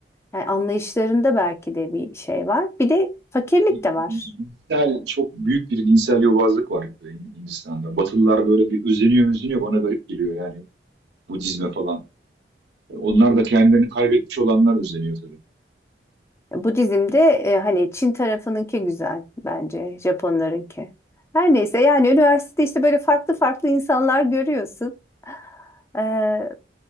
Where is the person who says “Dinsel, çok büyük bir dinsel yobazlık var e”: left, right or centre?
Right